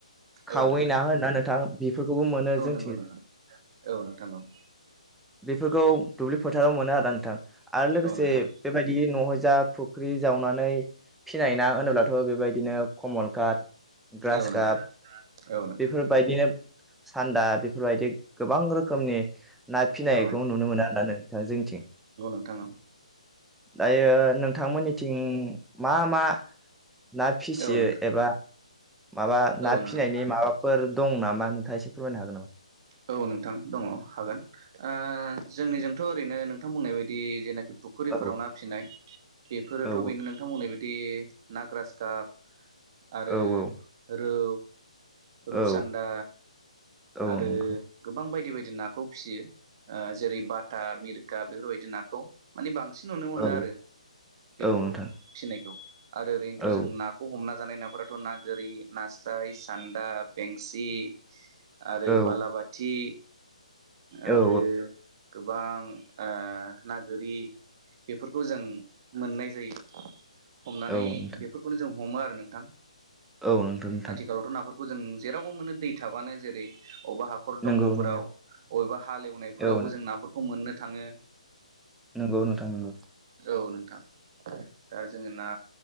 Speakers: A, in the centre; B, on the right (about 35°).
A: खावै
B: औ नंगौ
A: ना होनना नोंथां बेफोरखौबो मोनो जों
B: गौ नोंथां औ नोंथां औ।
A: बेफोरखौ दुब्लि फोथाराव मोनो आदा नोंथां। आरो लोगोसे
B: औ नोंथां
A: बेबायदि न'हाय जा फुख्रि जावनानै फिनाय ना होनोब्लाथ' बेबायदिनो कमल काट ग्रास
B: औ नोंथां
A: काप। बेफोरबायदिनो सान्दा। बेफोरबायदि गोबां रोखोमनि ना फिनायखौ
B: औ
A: नुनो मोना आरोना नोंथां जोंनिथिं।
B: नोथानाव।
A: दायो नोंथांमोननिथिं मा-मा? ना फिसियो
B: औ नोंथां
A: एबा माबा ना
B: औ नोंथां
A: फिनायनि माबाफोर दं नामा नोंथाङा एसे फोरमायनो हागोन नामा?
B: औ नोंथां दङ हागोन ओ जोंनि जों थ' ओरैनो नोंथां बुंनाय बायदि जेनाखि फुखुरिफोराव
A: औ
B: ना फिनाय बेफोरोथ'
A: औ
B: बेनो नोंथां मोनाय। बिदि ना ग्रास गाब आरो
A: औ
B: रौ। रुपसान्दा
A: औ औ नंगौ औ
B: आरो
A: नोंथां
B: गोबां बायदि बायदि नाखौ फिसियो। ओ जेरै बाटा मिरखा बेफोरबायदि नाखौ माने बांसिन नुनो मोनो
A: औ
B: आरो बेफोरखौ
A: औ नोंथां
B: फिनायखौ आरो ओरैनोथ'
A: औ
B: जों नाखौ हमना जानाय नाफोराथ' ना गोरि नास्राय सान्दा बेंसि आरो
A: औ
B: बालाबाथि आरो
A: औ
B: गोबां ओ ना गोरि बेफोरखौ जों मोननाय जायो हमनानै
A: औ नोंथां
B: बेफोरखौनो जों हमो आरो नोंथां
A: औ नोंथां-नोंथां
B: आथिखालावथ' नाफोरखौ जों जेरावबो मोनो दै थाबानो जेरै अबावबा हाखर
A: नंगौ
B: दंग'फोराव
A: नंगौ
B: अबेबा हालेवनायफोरावबो
A: औ
B: जों नाफोरखौ मोननो थाङो
A: नोंगौ नोथां नोंगौ
B: औ नोंथां दा जों ना